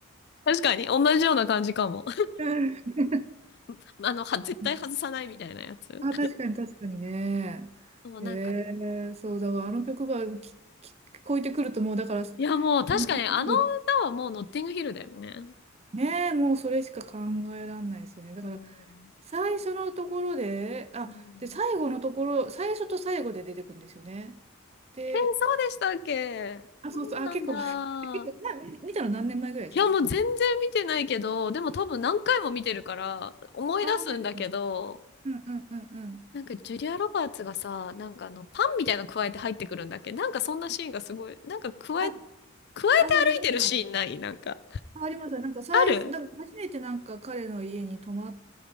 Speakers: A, on the left; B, on the right.
A: 確かに、同じような感じかも。
B: <laughs>
A: <laughs> あの、は、絶対外さないみたいなやつ。
B: うんあ、確かに確かにね。
A: もう、
B: え
A: なんか、
B: ー、そう、だからあの曲がきき聞こえてくるともう、だから、抜けてくる
A: いや、もう確かに、あの歌はもうノッティングヒルだよね。
B: ねえ、もうそれしか考えられないですよね。だから、
A: うん。
B: 最初のところで、あ、
A: うん
B: で、最後のところ、最初と最後で出てくるんですよね。で、
A: えー、そうでしたっけそうなんだ。
B: あ、そうそう、あ、結構、<laughs> 結構な見たの何年前ぐらいですか
A: いや、もう全然見てないけど、でも多分何回も見てるから、思い出すんだけど、
B: あ、本当ですか。うんうんうんうん。
A: なんかジュリア・ロバーツがさ、なんかあの、パンみたいなの加えて入ってくるんだっけなんかそんなシーンがすごい、なんか加え、
B: あ、
A: 加えて歩いてるシーンないなんか。
B: あ、そうそう、なんか、あありました。なんか、最、
A: ある
B: なんか初めてなんか彼の家に泊まっ、